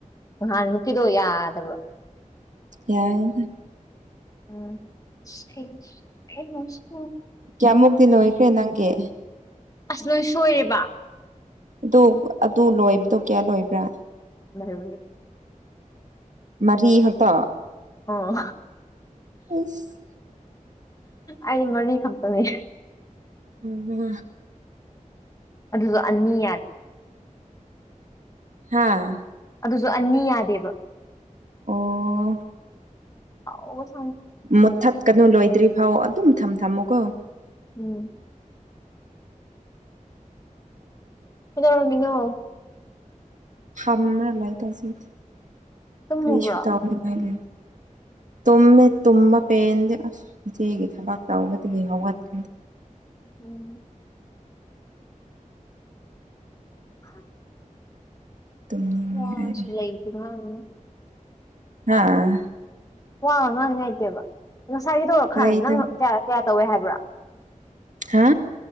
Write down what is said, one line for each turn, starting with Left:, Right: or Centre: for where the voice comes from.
Left: ꯅꯍꯥꯟꯃꯨꯛꯀꯤꯗꯣ ꯌꯥꯗꯕ
Right: ꯌꯥꯏꯌꯦꯗ
Left: ꯎꯝ ꯊꯦꯡꯁ <unintelligible>
Right: ꯀꯤꯌꯥꯃꯨꯛꯇꯤ ꯂꯣꯏꯈ꯭ꯔꯦ ꯅꯪꯒꯤ
Left: ꯑꯁ ꯂꯣꯏ ꯁꯣꯏꯔꯦꯕ
Right: ꯑꯗꯨ ꯑꯗꯨ ꯂꯣꯏꯕꯗꯣ ꯀꯌꯥ ꯂꯣꯏꯕ꯭ꯔꯥ
Left: ꯃꯔꯤ
Right: ꯃꯔꯤꯈꯛꯇ
Left: ꯑꯣ
Right: ꯏꯁ
Left: ꯑꯩ ꯃꯔꯤ ꯈꯛꯇꯅꯦ
Right: ꯎꯝ
Left: ꯑꯗꯨꯖꯨ ꯑꯅꯤ ꯌꯥꯟ
Right: ꯍꯥꯥ
Left: ꯑꯗꯨꯁꯨ ꯑꯅꯤ ꯌꯥꯗꯦꯕ
Right: ꯑꯣ
Left: ꯑꯥꯎ
Right: ꯃꯨꯠꯊꯠꯀꯅꯨ ꯂꯣꯏꯗ꯭ꯔꯤꯐꯥꯎ ꯑꯗꯨꯝ ꯊꯝ ꯊꯝꯃꯨꯀꯣ
Left: ꯎꯝ ꯀꯩꯗꯧꯔꯝꯃꯤꯅꯣ
Right: <unintelligible>
Left: ꯇꯨꯝꯃꯨꯕ꯭ꯔꯣ <inaudible>
Right: ꯨꯇꯨꯝꯃꯦ ꯇꯨꯝꯃ ꯄꯦꯟꯗꯦ ꯑꯁ ꯏꯆꯦꯒꯤ ꯊꯕꯛ ꯇꯧꯕꯗꯒꯤ ꯍꯧꯒꯠꯈꯤ
Left: ꯎꯝ <unintelligible>
Right: ꯇꯨꯝꯅꯤꯡꯉꯦ
Left: ꯋꯥꯁꯨ
Right: ꯑꯩ
Left: ꯂꯩꯗꯤ ꯉꯥꯡꯒꯅꯤ
Right: ꯍꯥꯥ
Left: ꯋꯥ ꯉꯥꯡꯅꯤꯉꯥꯏꯇꯦꯕ ꯉꯁꯥꯏꯒꯤꯗꯣ ꯈꯥꯟ
Right: ꯂꯩꯇꯝ
Left: ꯅꯪ ꯀꯌꯥ ꯀꯌꯥ ꯇꯧꯋꯦ ꯍꯥꯏꯕ꯭ꯔꯥ
Right: ꯍꯥ